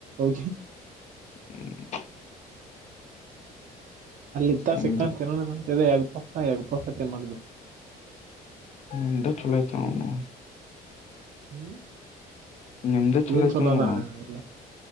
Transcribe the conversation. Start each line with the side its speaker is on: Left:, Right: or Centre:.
Right: <unintelligible>
Left: ಹ್ಮ್
Right: ಅಲ್ಲಿದ್ದಾಗ
Left: ನಿಮ್ದ
Right: ಸಿಕ್ಕಂತ ತಿನ್ನೋಣ ಅಂತಿದ್ದಿ ಎಗ್ ಪಪ್ ನ ಎಗ್ ಪಪ್ ತಿನ್ನುವುದು ಬಿಟ್ಟಿ
Left: ನಿಮ್ದಾ ಚುಲೋ ಅಯ್ತನೌನ
Right: ಹ್ಮ್
Left: ನಿಮ್ದೇ ಚಲೋ
Right: ಏನ್
Left: ಐತ್
Right: ಚೊಲೋ
Left: ನೋಡ್
Right: ಅದಾಣಾ
Left: ಅವ್ನು.
Right: ಎಲ್ಲಾ